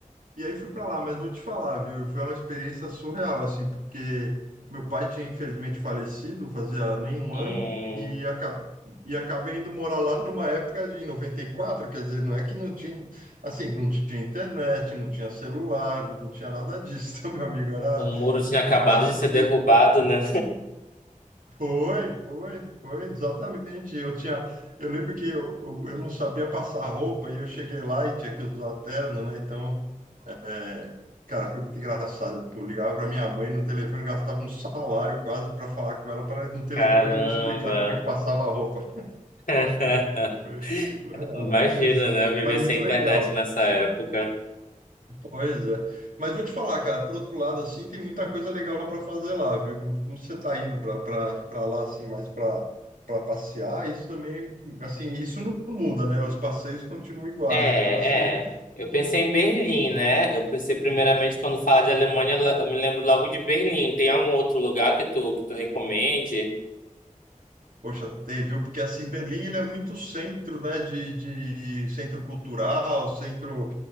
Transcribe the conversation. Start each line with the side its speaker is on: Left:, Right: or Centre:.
Right: E aí fui para lá, mas vou te falar, viu? Foi uma experiência surreal, assim, porque meu pai tinha infelizmente falecido, fazia nem um
Left: Um,
Right: ano, e, aca- e acabei indo morar lá numa época de 94, quer dizer, não é que não tinha, assim, não tinha internet, não tinha celular, não tinha nada disso, <laughs> meu amigo, era,
Left: o muro tinha acabado
Right: eu gastei
Left: de ser derrubado, né?
Right: foi, foi, foi, exatamente. Eu tinha, eu lembro que eu, eu eu não sabia passar roupa e eu cheguei lá e tinha que usar terno, né? Então, é, cara, foi muito engraçado. Eu ligava para minha mãe no telefone, gastava um salário quase para falar com ela, para
Left: <laughs>
Right: no telefone
Left: Caramba.
Right: me explicar como é que passava a roupa.
Left: <laughs>
Right: Foi surreal,
Left: Imagina,
Right: cara, mas,
Left: né? Viver
Right: mas muito
Left: sem
Right: legal.
Left: internet nessa época.
Right: Pois é. Mas vou te falar, cara, por outro lado, assim, tem muita coisa legal para fazer lá, viu? Como você está indo para lá, assim, mais para para passear, isso também, assim, isso não muda, né? Os passeios continuam iguais.
Left: É,
Right: Então, assim,
Left: é. Eu pensei em Berlim, né? Eu pensei primeiramente quando fala de Alemanha, eu me lembro logo de Berlim. Tem algum outro lugar que tu, que tu recomende?
Right: Poxa, teve, viu? Porque assim, Berlim ele é muito centro, né? De, de centro cultural, centro